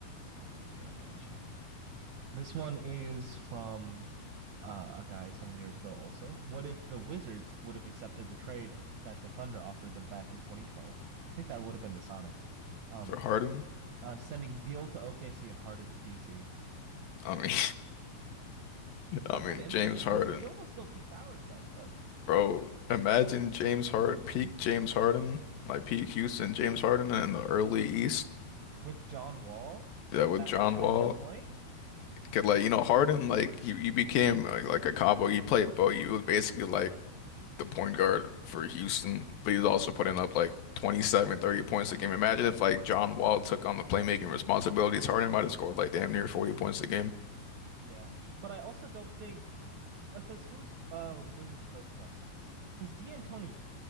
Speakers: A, on the right; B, on the left.
A: I got you. I got you. This one is from uh, a guy seven years ago also. What if the Wizards would have accepted the trade that the Thunder offered them back in 2012? I think that would have been the Sonics. Um,
B: for Harden.
A: uh, sending Beal to OKC and Harden to DC.
B: I mean, <laughs>
A: That
B: I mean
A: would have been interesting
B: James
A: because
B: Harden,
A: Beal was still peak powers back then
B: bro. Imagine James Harden, peak James Harden, like peak Houston James Harden in the early East.
A: with John Wall
B: Yeah, with
A: uh,
B: John
A: as
B: Wall.
A: your point.
B: Cause like you know Harden like he, he became like, like a combo. He played Bo. He was basically like the point guard for Houston, but he was also putting up like 27, 30 points a game. Imagine if like John Wall took on the playmaking responsibilities. Harden might have scored like damn near 40 points a game.
A: Yeah, but I also don't think because who's uh, the Wizards coach at that time? Because D'Antoni